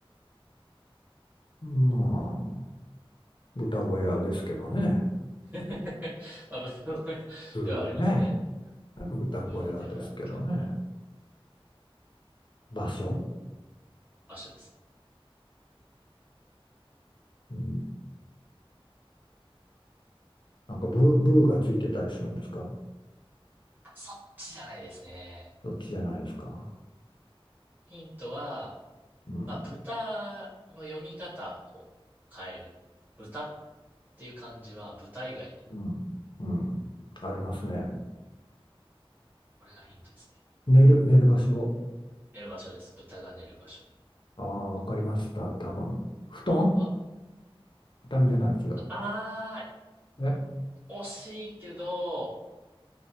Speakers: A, on the left; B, on the right.
A: まあ、豚小屋ですけどね。
B: <laughs> まあ、豚小屋ではありますね。
A: 普通ね。豚小屋ですけどね。
B: 豚小屋ではあるけど、
A: 場所
B: 場所ですね。
A: うん。なんかブー、ブーがついてたりするんですか
B: あそっちじゃないですね。
A: そっちじゃないですか。
B: ヒントは、
A: うん。
B: まあ、豚の読み方を変える。豚っていう漢字は豚以外に。
A: うん。うん。ありますね。
B: これがヒントですね。
A: 寝る、寝る場所。
B: 寝る場所です。豚が寝る場所。
A: ああ、わかりました。多分。布団
B: あ、
A: 布団じゃない、違う。
B: あ
A: え
B: ー、惜しいけど、